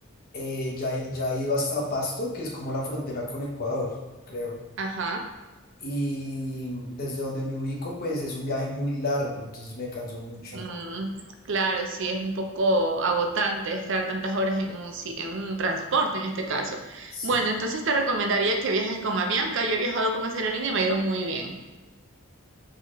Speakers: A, on the left; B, on the right.
A: eh, ya, he- ya he ido hasta Pasto, que es como la frontera con Ecuador, creo.
B: Ajá.
A: Y desde donde me ubico, pues es un viaje muy largo, entonces me canso mucho.
B: Mm, claro, sí, es un poco agotante estar tantas horas en un, si- en un transporte en este caso.
A: Sí,
B: Bueno, entonces te recomendaría que viajes con Avianca. Yo he viajado con esa aerolínea y me ha ido muy bien.